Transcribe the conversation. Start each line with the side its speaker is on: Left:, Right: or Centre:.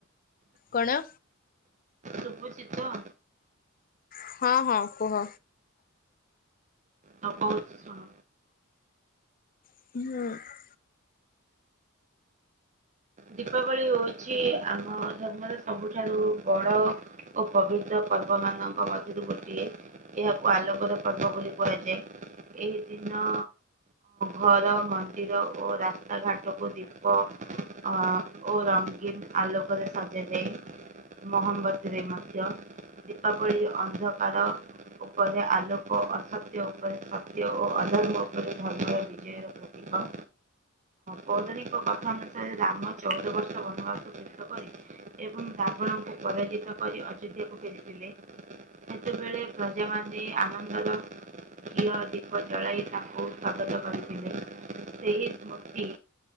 Left: କଣ?
Right: ସୁବୁଛିିତ?
Left: ହଁ ହଁ କୁହ।
Right: ହଉ ବହୁତ ଶୁଣ।
Left: ହୁଁ।
Right: ଦୀପାବଳି ହେଉଛି ଆମ ଧର୍ମର ସବୁଠାରୁ ବଡ଼ ଓ ପବିତ୍ର ପର୍ବ ମାନଙ୍କ ମଧ୍ୟରୁ ଗୋଟିଏ ଏହାକୁ ଆଲୋକର ପର୍ବ ବୋଲି କୁହାଯାଏ ଏହି ଦିନ ଘର ମନ୍ଦିର ଓ ରାସ୍ତାଘାଟକୁ ଦୀପ ଅ ଓ ରଙ୍ଗୀନ ଆଲୋକରେ ସଜାଯାଇ ମହମ୍ବତୀରେ ମଧ୍ୟ ଦୀପାବଳି ଅନ୍ଧକାର ଉପରେ ଆଲୋକ ଅସତ୍ୟ ଉପରେ ସତ୍ୟ ଓ ଅଧର୍ମ ଉପରେ ଧର୍ମର ବିଜୟ ରଖୁ। କଦଣି କଠାନ ରାମ ଚଉଦ ବର୍ଷ ବନବାସ ଶଷ କରି ଏବଂ ରାବଣଙ୍କୁ ପରାଜିତ କରି ଅଯୋଧ୍ୟାକୁ ଫେରିଥିଲେ। ସେତେବେଳେ ପ୍ରଜାମାନେ ଆନନ୍ଦର ଘିଅ, ଦୀପ ଜଳାଇ ତାଙ୍କୁ ସ୍ୱାଗତ କରିଥିଲେ ସେହି ସ୍ମୃତି